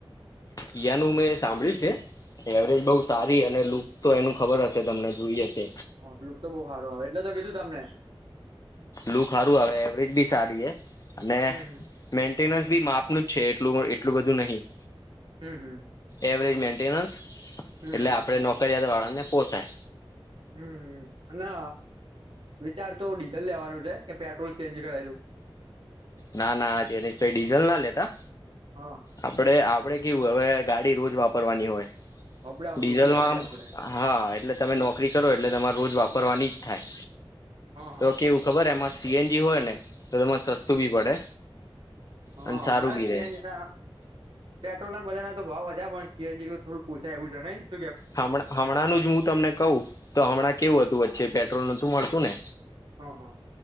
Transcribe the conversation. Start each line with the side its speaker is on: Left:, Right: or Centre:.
Left: િયાનું મેં સાંભળ્યું છે એવરેજ બઉ સારી અને લુક તો એનું ખબર હશે તમને જોઈ હશે
Right: હલુક તો બહુ સારું આવે એટલે તો કીધું તમને
Left: લું સારું આવે એવરેજ બી સારી હ અને
Right: હમ હમ
Left: મેન્ટેનસ બી માપનું જ છે એટલું એટલું બધું નહીિ
Right: હમ હમ
Left: એવરેજ મેન્ટેનન્સ
Right: હમ
Left: એટલે
Right: હમ
Left: આપડે નોકરયાત વાળ ને પોસાય
Right: હમ અને વિચાર તો ડીઝલ લેવાનું છે કે પેટ્રોલ સીએન્જી કરાવ દું
Left: ના ના જનીશભાઈ ડીઝલ ના લેતા
Right: હા
Left: આપડે આપડણે કેવું હવે ગાડી રોજ વાપરવાની હોય
Right: અપડાઉન
Left: ડીઝલમાં
Right: રોજનું ખરી આપડે
Left: આ હા એટલે તમે નોકરી કરો એટલે તમારે રોજ વાપર કરવા જ થાય
Right: હા
Left: તો કેવું ખબર એમાં સીએનજી હોય ને તો ટૂ બી પડે
Right: હ હમણા
Left: અને સારું બી
Right: છ
Left: રહે
Right: એટ પેટ્રોલ ના બધા ના તો ભાવ વધારે પણ છે થોડું પોસાય એવું છે નને
Left: હ હમણાંનું જ હું તમને કહું તો હમણાં કેવું હતું વચ્ચે પેટ્રોલ નતું મળતું ને
Right: હા હા